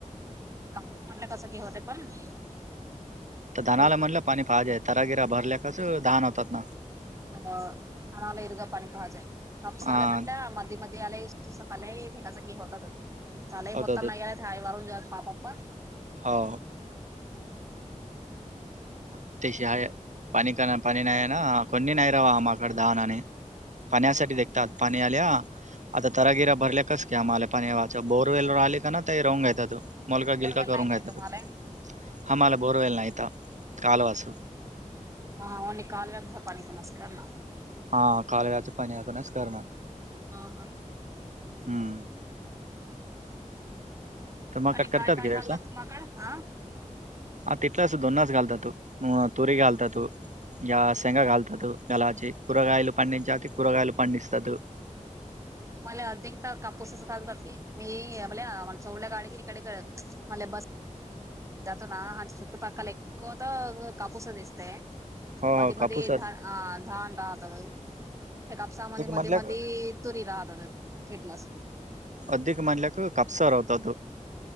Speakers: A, on the right (about 25°); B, on the right (about 65°).
A: कापूस म्हटलं कसं घ होत पण <unintelligible>
B: तर धनाला
A: मले
B: म्हणलं पाणी पाहाजे तागिरा भरल्या कस धान होतात ना
A: अ धनाला इरगा पाणी पाहाजय कपसाले
B: हा
A: म्हंटल्या म आलाय सकाल होत लाय
B: होतात
A: मता
B: होतात.
A: नाही <unintelligible> छाय मारून घ्यात पापाप्
B: हो अ तेशहाय पाणी का पाणी नाहीय ना कोणी नाहीै रावाम अकड दाहाना आणि पाण्यासाठी देखतात पाणी आल्या आता तरागिरा भरल्या कास की आम्हाला पाण वाच बोरवेलवर आली का ना ते रहंग येत तू मोलका
A: बोरवेल
B: गिलका करू
A: नाहीत
B: घा येत
A: की तुम्हाला
B: त हा मला बोरवेल नाही यता कालवास
A: ह ओननी काल व्यागसा पनी कोणास्कार ना <unintelligible>
B: हा कालव्याचं पाणी अूनच करणं
A: ह ह
B: हम्म तर माकड
A: आणि
B: करतात
A: काय काय
B: की व्यवसाय
A: घालतात तुम्हाकड ह
B: हा तथलाच दोन्स घातात तू तुरी घलतात तू <unintelligible> या शेंग घालतात गलाची करगयला पंडीचीगयला पंडीतात <unintelligible>
A: मला अधिक तर कापूसच चालतात नाही मी म्ह उड्या गाळेगिरीकडे <unintelligible> मले बस जतना ह चुटूपकाला एक्कवत कपूसधस् <unintelligible>
B: हो
A: मध्ये
B: हो
A: मध्ये
B: कापूस
A: अ धान राहतात त्या कापसा म मध्ये
B: म्हटलं
A: मध्ये तुरी राहतात टलंस
B: अधिक मधल्याक कापसा रोवतात